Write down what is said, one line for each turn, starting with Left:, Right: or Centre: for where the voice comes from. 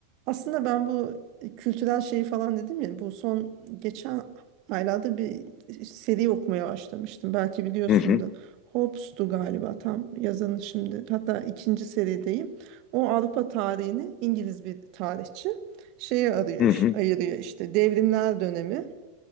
Right: Aslında ben bu kültürel şeyi falan dedim ya bu son geçen aylarda bir seri okumaya başlamıştım. Belki biliyorsundur.
Left: Hı hı,
Right: Hobbes'tu galiba tam yazanı şimdi. Hatta ikinci serideyim. O Avrupa tarihini İngiliz bir tarihçi şeye arıyor,
Left: hı
Right: iş-
Left: hı,
Right: ayırıyor işte devrimler dönemi,